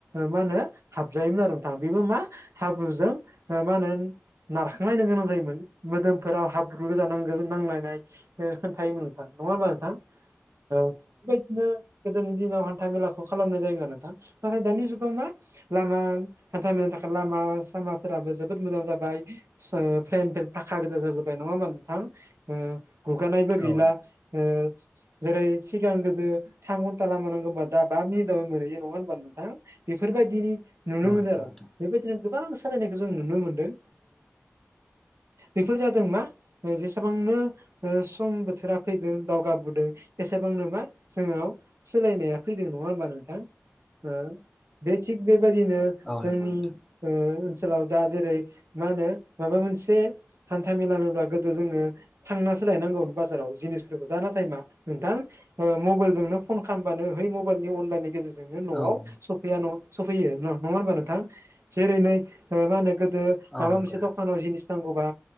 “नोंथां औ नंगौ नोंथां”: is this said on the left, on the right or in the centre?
Centre